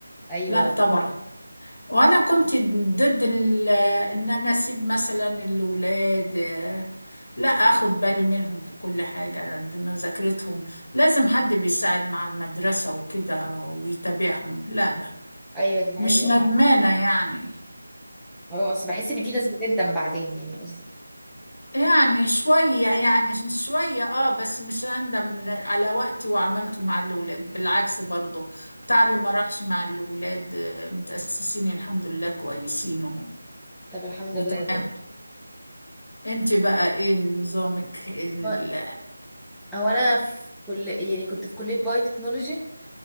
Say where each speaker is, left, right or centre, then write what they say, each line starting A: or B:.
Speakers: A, in the centre; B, on the left.
A: ايوه
B: لا طبعا
A: فهمت.
B: وأنا كنت ضد ال- إن أنا أسيب مثلا الأولاد آه، لا أخد بالي منهم في كل حاجة مذاكرتهم لازم حد بيساعد مع المدرسة وكده ويتابعهم لا لا
A: ايوه دي حقيقه
B: مش ندمانة
A: بقى
B: يعني
A: اه اصل بحس ان في ناس بتندم بعدين يعني قصدي
B: يعني شوية يعني شوية اه بس مش أندم إن على وقتي وعملته مع الأولاد بالعكس برضو تعبي ما راحش مع الأولاد آه، متأسسين الحمد لله كويسين و...
A: طب الحمد
B: وتمام
A: لله بجد.
B: انت بقى ايه نظامك ال...
A: هو هو انا في كل يعني كنت في كليه بايو تكنولوجي